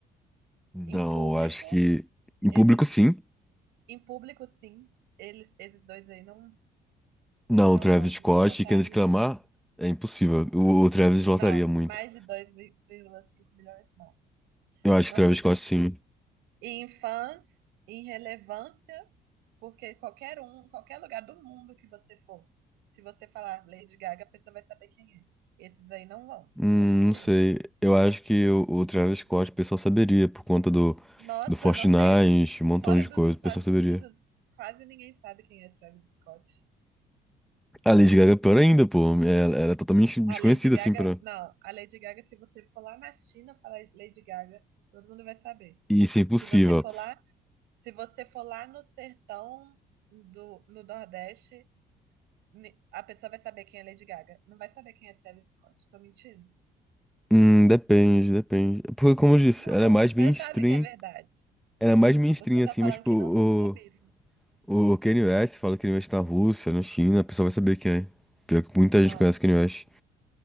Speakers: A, in the centre; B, on the right.
A: não,
B: Em público,
A: eu acho que em
B: esses,
A: público sim.
B: em público, sim, eles, esses dois aí não,
A: Não,
B: não,
A: o Travis
B: não
A: Scott
B: votariam.
A: e Kendrick Lamar é impossível. O, o Travis lotaria
B: Não,
A: muito.
B: mais de dois vírgula cinco milhões, não.
A: Eu acho
B: Não
A: que o Travis
B: mesmo.
A: Scott sim.
B: E em fãs, em relevância, porque qualquer um, qualquer lugar do mundo que você for, se você falar Lady Gaga, a pessoa vai saber quem é. Esses aí não vão.
A: Hum,
B: Tô mentindo?
A: não sei. Eu acho que o, o Travis Scott o pessoal saberia por conta do,
B: Nossa,
A: do Fortnite,
B: não mesmo.
A: um montão
B: Fora
A: de
B: dos
A: coisa,
B: Estados
A: o pessoal saberia.
B: Unidos, quase ninguém sabe quem é Travis Scott.
A: A Lady Gaga é pior ainda, pô. Ela, ela é totalmente desconhecida
B: A Lady Gaga,
A: assim pra.
B: não, a Lady Gaga, se você for lá na China falar Lady Gaga, todo mundo vai saber.
A: Isso é impossível.
B: Se você for lá, se você for lá no sertão do, no Nordeste, ni- a pessoa vai saber quem é Lady Gaga. Não vai saber quem é Travis Scott. Tô mentindo?
A: Hum, depende, depende. Porque, como eu disse,
B: Não,
A: ela é mais
B: você
A: mainstream.
B: sabe que é verdade.
A: Era mais mainstream,
B: Você tá
A: assim,
B: falando
A: mas, tipo,
B: que
A: o,
B: não por clubismo.
A: o Kanye West, fala que Kanye West tá na Rússia, na China, a pessoa vai saber quem é. Pior que muita
B: Não.
A: gente conhece o Kanye West.